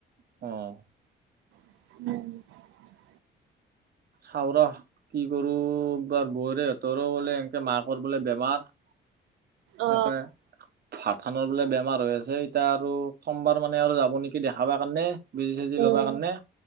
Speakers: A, on the right (about 50°); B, on the right (about 80°).
A: অ'।
B: <inaudible>
A: খাওঁৰ। কি কৰোবাৰ বৌৰে সঁতৰ বোলে এনেকে মাকৰ বোলে বেমাৰ তাকে।
B: অ
A: ভাত খানৰ বোলে বেমাৰ হৈ আছে এতিয়া আৰু সোমবাৰ মানে আৰু যাব নেকি দেখাবা কাৰণে। বেজি চেজি
B: উম
A: ল'বা কাৰণে